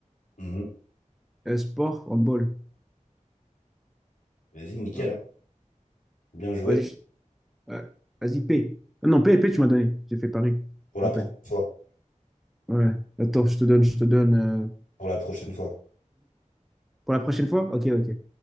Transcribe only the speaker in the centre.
euh, sport, handball.
Voilà.
Vas-y, je- euh, vas-y, P. Ah Non, P, P, tu m'as donné. J'ai fait Paris.
Rappel.
Ouais. Attends, je te donne, je te donne. euh,
Pour la prochaine fois? Ok, ok.